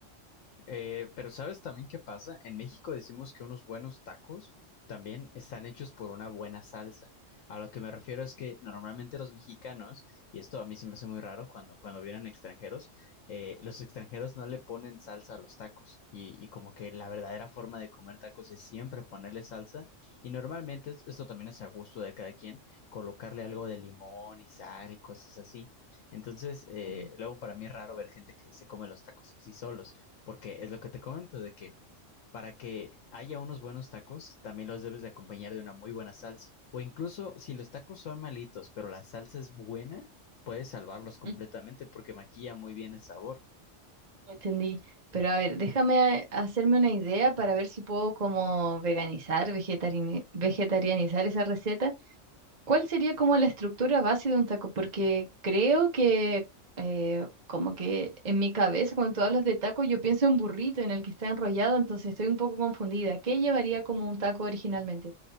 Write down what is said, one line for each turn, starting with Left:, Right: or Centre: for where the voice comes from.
Left: Eh, pero ¿sabes también qué pasa? En México decimos que unos buenos tacos también están hechos por una buena salsa. A lo que me refiero es que normalmente los mexicanos, y esto a mí se me hace muy raro cuando, cuando vienen extranjeros, eh, los extranjeros no le ponen salsa a los tacos. Y, y como que la verdadera forma de comer tacos es siempre ponerle salsa. Y normalmente es- esto también es a gusto de cada quien, colocarle algo de limón y sal y cosas así. Entonces, eh,
Right: Mm.
Left: luego para mí es raro ver gente que se come los tacos así solos. Porque es lo que te comento, de que para que haya unos buenos tacos, también los debes de acompañar de una muy buena salsa. O incluso si los tacos son malitos, pero la salsa es buena, puedes salvarlos completamente
Right: Mm.
Left: porque maquilla muy bien el sabor.
Right: Entendí. Pero a ver, déjame a- hacerme una idea para ver si puedo como veganizar, vegetariani- vegetarianizar esa receta. ¿Cuál sería como la estructura base de un taco? Porque creo que eh, como que en mi cabeza cuando tú hablas de taco yo pienso en burrito en el que está enrollado, entonces estoy un poco confundida. ¿Qué llevaría como un taco originalmente?